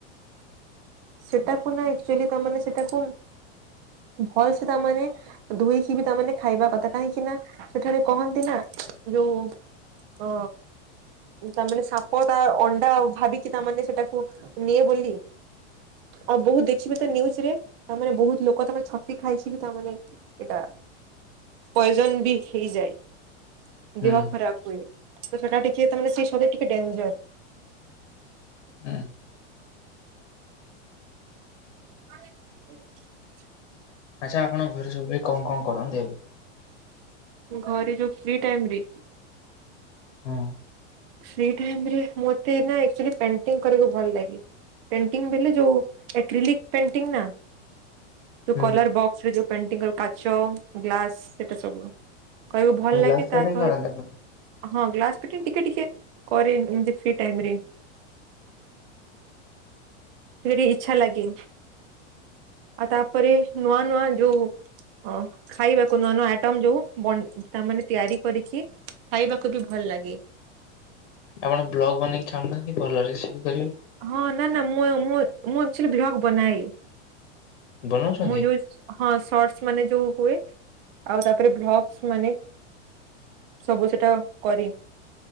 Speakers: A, on the right; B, on the left.
A: ସେଟାକୁ ନା ଆଚୁଆଲି ତାମାନେ ସେଟାକୁ ଭଲ୍ ସେ ତାମାନେ ଧୁଇକି ବି ତାମାନେ ଖାଇବା କଥା। କାହିଁକି ନା ସେଠାରେ କହନ୍ତି ନା ଯୋଉ ଅ ତାମାନେ ସାପ ତା ଅଣ୍ଡା ଭାବିକି ତାମାନେ ସେଟାକୁ ନିଏ ବୋଲି। ଅବୁ କୁ ଦେଖିବେ ତ ନିଉଜ୍ ରେ ତାମାନେ ବହୁତ ଲୋକ ତମେ ଛତି ଖାଇଛି କି ତାମାନେ ଏଟା ପଏଜନ୍ ବି ହେଇଯାଏ।
B: ହୁଁ
A: ଦେହ ଖରାପ ହୁଏ। ତ ସେଟା ଟିକେ ତା ମାନେ <unintelligible> ଟିକେ ଡେଞ୍ଜର।
B: ହୁଁ।
A: <inaudible>
B: ଆଚ୍ଛା ଆପଣ ଘରେ ସବୁ ଭାଇ କଣ କଣ କରନ୍ତି ଏବେ?
A: ଘରେ ଯୋଉ ଫ୍ରି ଟାଇମ ରେ
B: ହୁଁ
A: ଫ୍ରି ଟାଇମ୍ ରେ ମତେ ନା ଆକଚୁଆଲି ପେଣ୍ଟିଙ୍ଗ କରିବାକୁ ଭଲ ଲାଗେ। ପେଣ୍ଟିଂ ବଲେ ଯୋଉ ଏ କ୍ରିଲିକ୍ ପେଣ୍ଟିଙ୍ଗ ନା ଯୋଉ
B: ହୁଁ
A: କଲର ବକ୍ସରେ ଯୋଉ ପେଣ୍ଟିଙ୍ଗ ର କାଚ ଗ୍ଲାସ ସେଟା ସବୁ। କହିବ ଭଲ ଲାଗେ
B: ଗ୍ଲାସ୍ ଫିଟିଂ
A: ତା ସହିତ୍
B: କରନ୍ତି ଆପଣ?
A: ହଁ ଗ୍ଲାସ <unintelligible> ଟିକେ ଟିକେ କରେ ଏମତି ଫ୍ରି ଟାଇମ ରେ। ଟିକେ ଟିକେ ଇଛା ଲାଗେ। ଆଉ ତାପରେ ନୂଆ ନୂଆ ଯୋଉ ହଁ। ଖାଇବାକୁ ନୂଆ ନୂଆ ଆଇଟମ୍ ଯୋଉ ବନ୍ ତାମାନେ ତିଆରି କରିକି ଖାଇବାକୁ ବି ଭଲ ଲାଗେ।
B: ଆପଣ ବ୍ଲଗ୍ ବନେଇକି ଛାଡୁନାହାନ୍ତି ଭଲ ରେସିପି କରିବେ।
A: ହଁ ନା ନା ମୁଁ ମୁଁ ମୁଁ ଆକଚୁଆଲି ବ୍ଲଗ୍ ବନାଏ।
B: ବନଉଛନ୍ତି?
A: ମୁଁ ଯୋଉ ହଁ ସର୍ଟସ୍ ମାନେ ଯୋଉ ହୁଏ। ଆଉ ତାପରେ ଭ୍ଲଗସ୍ ମାନେ ସବୁ ସେଟା କରେ।